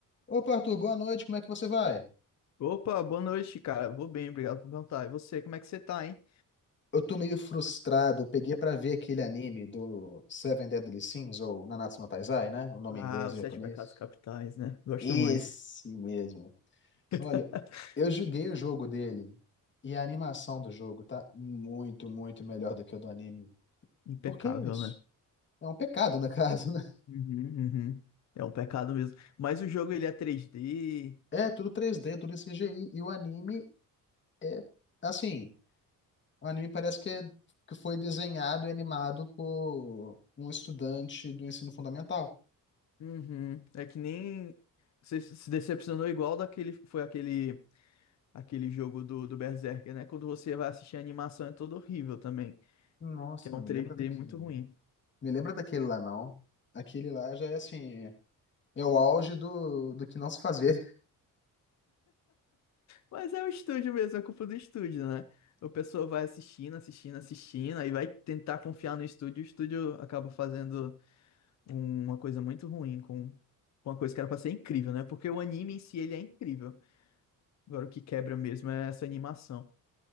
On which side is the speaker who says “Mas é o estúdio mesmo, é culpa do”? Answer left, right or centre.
Left